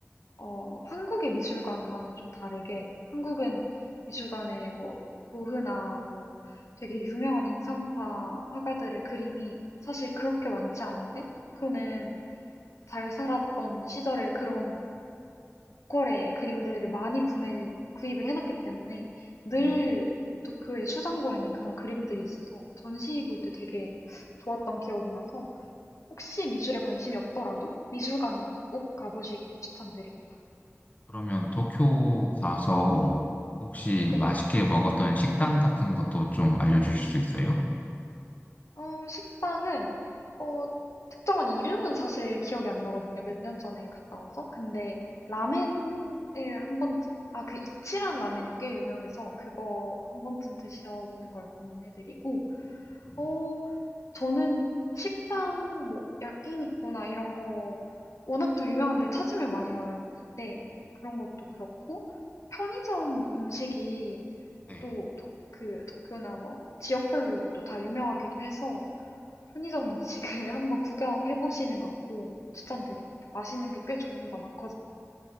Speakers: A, on the left; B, on the left.
A: 어, 한국의 미술관과는 좀 다르게, 한국은 미술관에 뭐, 고흐나 뭐, 되게 유명한 인상파 화가들의 그림이 사실 그렇게 많지 않은데, 도쿄는 잘 살았던 시절의 그런 고퀄의 그림들을 많이 구매를, 구입을 해놨기 때문에 늘
B: 아,
A: 도쿄의 수장고에는 그런 그림들이 있어서 전시 볼 때 되게 좋았던 기억이 나서 혹시 미술에 관심이 없더라도 미술관은 꼭 가보시길 추천드립니다.
B: 그러면 도쿄 가서 혹시
A: 네.
B: 맛있게 먹었던 식당 같은 것도 좀 알려주실 수 있어요?
A: 어, 식당은, 어, 특정한 이름은 사실 기억이 안 나거든요. 몇 년 전에 갔다 와서. 근데 라멘을 한 번쯤? 아, 그 이치란 라멘이 꽤 유명해서 그거 한 번쯤 드셔보는 걸 권해드리고,
B: 음,
A: 어, 저는 식당, 뭐, 야끼니쿠나 이런 거 워낙 또 유명한데 찾으면 많이 나올 텐데, 그런 것도 그렇고, 편의점 음식이
B: 네.
A: 또 도- 그 도쿄나 뭐 지역별로 또 다 유명하기도 해서 편의점 음식을 <laughs> 한번 구경해 보시는 것도 추천드립니다. 맛있는 게 꽤 종류가 많거든요.